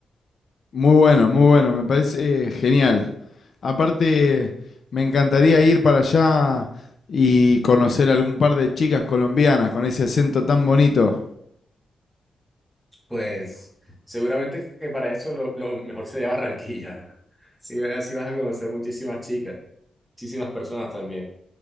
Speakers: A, on the left; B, in the centre.
A: Muy bueno, muy bueno, me parece eh, genial. Aparte, me encantaría ir para allá y conocer algún par de chicas colombianas con ese acento tan bonito.
B: Pues seguramente que para eso lo, lo mejor sería Barranquilla. <laughs> Sí, así vas a conocer muchísimas chicas, muchísimas personas también.